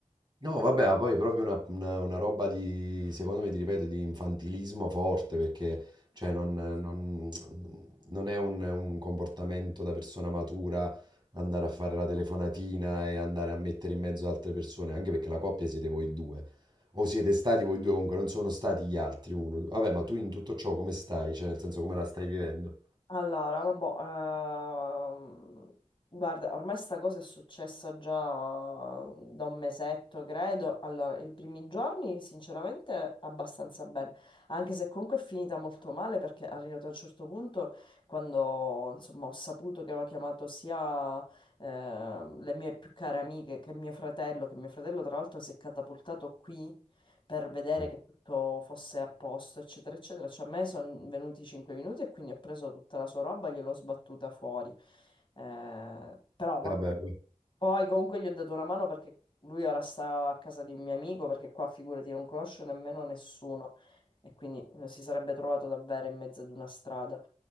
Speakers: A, on the right; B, on the left.
A: No, vabbè, ma poi proprio una, una- una roba di, secondo me, ti ripeto, di infantilismo forte, perché cioè,
B: Sì,
A: non, non- non è un, un comportamento da persona matura andare a fare la telefonatina e andare a mettere in mezzo altre persone, anche perché la coppia siete voi due, o siete stati voi due, comunque non sono stati gli altri uno. Vabbè, ma tu in tutto ciò come stai? Cioè, nel senso come la stai vivendo?
B: Allora, vabbè, ehm, guarda, ormai sta cosa è successa già da un mesetto, credo. Allora, i primi giorni, sinceramente, abbastanza bene, anche se comunque è finita molto male perché è arrivato a un certo punto quando, insomma, ho saputo che aveva chiamato sia ehm, le mie più care amiche che mio fratello, che mio fratello tra l'altro si è catapultato qui per vedere
A: Eh,
B: che tutto fosse a posto, eccetera, eccetera. Cioè, a me sono venuti 5 minuti e quindi ho preso tutta la sua roba e gliel'ho sbattuta fuori. Eh, però vabbè.
A: vabbè.
B: Poi comunque gli ho dato una mano perché lui ora sta a casa di un mio amico, perché qua figurati non conosce nemmeno nessuno e quindi eh, si sarebbe trovato davvero in mezzo ad una strada.